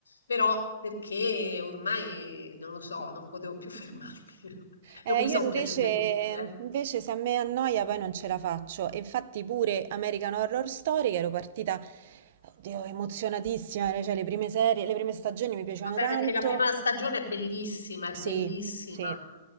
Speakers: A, on the left; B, on the right.
A: però perché ormai, non lo so, non potevo più fermarmi. <laughs>
B: Eh,
A: Non mi
B: io
A: sono
B: invece,
A: piaciute tutte, eh.
B: invece se a me annoia poi non ce la faccio. E infatti pure American Horror Story, che ero partita, oddio, emozionatissima, cioè le prime serie, le prime stagioni mi piacevano
A: Vabbè,
B: tanto.
A: perché la prima stagione è bellissima, è
B: Sì,
A: bellissima.
B: sì.